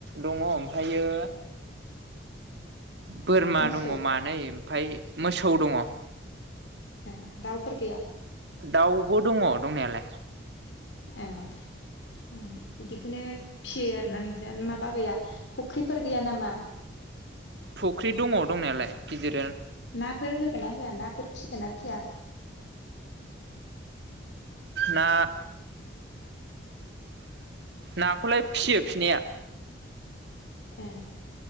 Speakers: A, on the right; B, on the left.
A: दङ ओमफ्रायो
B: <inaudible>
A: बोरमा
B: मोसौ
A: दङ मानै ओमफ्राय मोसौ दङ
B: ह दाउफोर गैया
A: दाउबो दङ दंनायालाय
B: ए बिदिखौनो फियो आरोना नोंस्रा माबा गैया फुख्रिफोर गैया नामा
A: फुख्रि दङ दंनायालाय गिदिर
B: नाफोर होगोन ना होआ नाफोर फिगोन ना फिया
A: ना नाखौलाय फिसियो फिनाया
B: ए